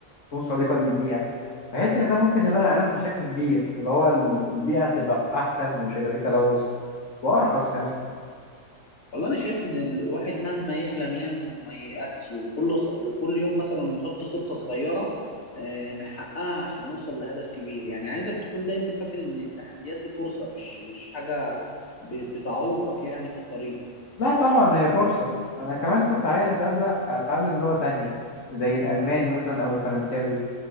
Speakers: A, on the left; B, on the left.
A: تكون صديقة للبيئة بحس إن ده ممكن يغير العالم بشكل كبير اللي هو البيئة تبقى أحسن ومش هيبقى فيه تلوث وأرخص كمان
B: والله انا شايف ان الواحد مهما يحلم يعني انه ما ييأسش وكل خ... وكل يوم مثلا نحط خطة صغيرة آه، نحققها عشان نوصل لهدف كبير يعني عايزك تكون دايما فاكر ان التحديات دي فرصة مش مش حاجة ب... بتعوقك يعني في الطريق
A: لا طبعا هي فرصة أنا كمان كنت عايز أبدأ أتعلم لغة تانية زي الألماني مثلا أو الفرنساوي